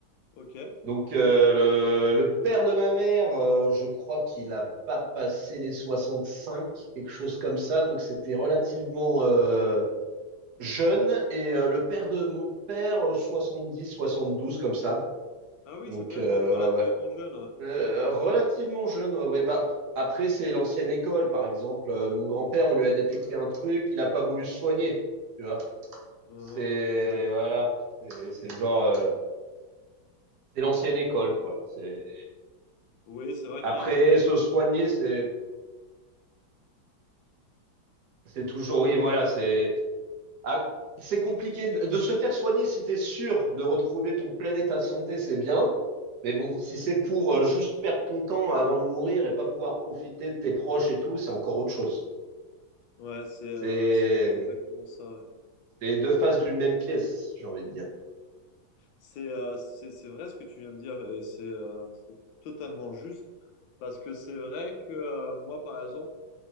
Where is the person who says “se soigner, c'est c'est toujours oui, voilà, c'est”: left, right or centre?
Right